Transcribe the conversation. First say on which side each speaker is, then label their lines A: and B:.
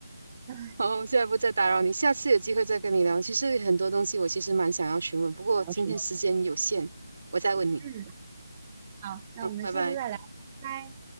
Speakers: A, on the right (about 20°); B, on the right (about 50°).
A: <laughs>
B: 哦，
A: 然
B: 现在不再打扰你，下次有机会再跟你聊。其实很多东西我其实蛮想要询问，不过今天时间有限，
A: 好什么？
B: 我再问你。
A: 嗯，好，那我们下次再聊，
B: 嗯，拜拜。
A: 拜拜。